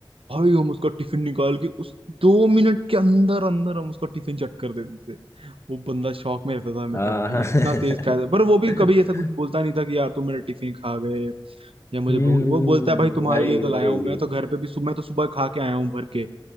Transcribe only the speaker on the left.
हाँ
हाँ।
<laughs>
हम्म
हम्म,
वही
वही